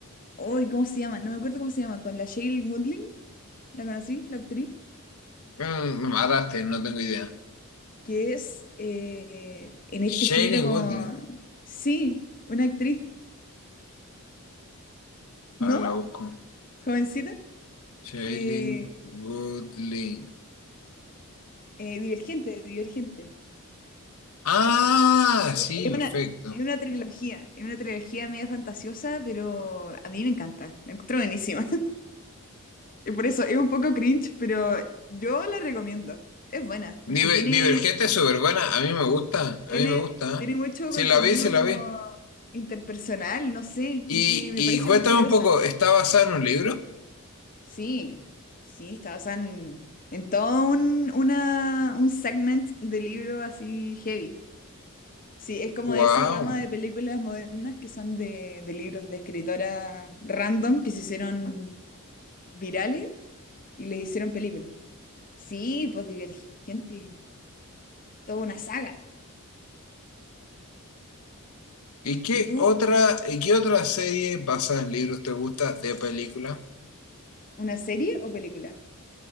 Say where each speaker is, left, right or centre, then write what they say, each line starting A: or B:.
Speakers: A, on the left; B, on the left.
A: hoy, ¿cómo se llama? No me acuerdo cómo se llama, con la Shailene Woodley, ¿la conocí? La actriz,
B: Mm, no me mataste, no tengo idea.
A: que es eh, en este
B: Shailene
A: género como,
B: Woodley.
A: sí, una actriz, ¿no?
B: A ver, la busco.
A: Jovencita,
B: Shailene
A: que,
B: Woodley.
A: eh, Divergente, Divergente,
B: Ah, sí,
A: es
B: perfecto.
A: una... Es una trilogía, es una trilogía media fantasiosa, pero a mí me encanta, la encuentro buenísima. y Por eso es un poco cringe, pero yo la recomiendo. Es buena,
B: Dive-
A: porque tiene,
B: Divergente es súper buena. A mí me gusta,
A: tiene,
B: a mí me gusta.
A: tiene
B: ¿eh?
A: mucho
B: Sí,
A: contenido
B: la vi, se la
A: como
B: vi.
A: interpersonal, no sé,
B: Y,
A: me, me
B: y
A: parece
B: cuéntame
A: muy curiosa.
B: un poco, ¿está basada en un libro?
A: Sí, sí, está basada en, en todo un, una, un segment de libro así heavy. Sí, es como
B: Wow,
A: de esa rama de películas modernas que son de, de libros de escritoras random que se hicieron virales y les hicieron películas. Sí, pues Divergente, toda una saga.
B: ¿Y qué
A: ¿Y tú,
B: otra, y qué otra serie basada en libros te gusta de película?
A: una serie o película?